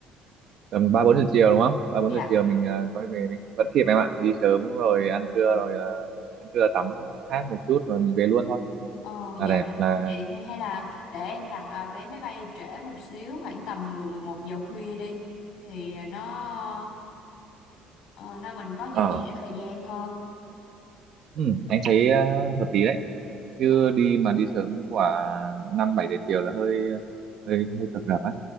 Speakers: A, on the right; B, on the left.
A: tầm ba bốn giờ chiều đúng không ba bốn
B: Dạ.
A: giờ chiều mình ờ, quay về mình vẫn kịp em ạ đi sớm rồi ăn
B: Ừ.
A: trưa rồi ờ, ăn trưa tắm hát một chút rồi mình về luôn thôi
B: Ờ
A: là
B: dạ
A: đẹp
B: vâng.
A: là
B: vậy thì hay là để em đặt à, vé máy bay trễ một xíu khoảng tầm mười mười một giờ khuya đi thì nó ờ, nó mình có dư
A: ờ
B: dả thời gian hơn.
A: ừ, anh thấy ờ, hợp lý đấy chứ
B: Ờ.
A: đi mà đi sớm quả năm bảy giờ chiều là hơi hơi hơi cập rập á